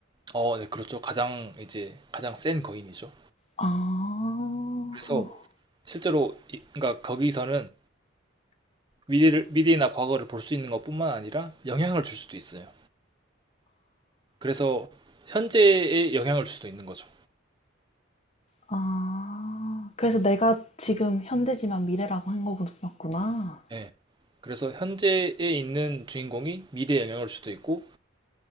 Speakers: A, on the right (about 20°); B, on the left (about 30°).
A: 어, 네, 그렇죠. 가장 이제 가장 센 거인이죠.
B: 아,
A: 그래서 실제로 이- 그러니까 거기서는 미래를 미래나 과거를 볼 수 있는 것뿐만 아니라 영향을 줄 수도 있어요. 그래서 현재에 영향을 줄 수도 있는 거죠.
B: 아, 그래서 내가 지금 현재지만 미래라고 한 거구나.
A: 예. 그래서 현재에 있는 주인공이 미래에 영향을 줄 수도 있고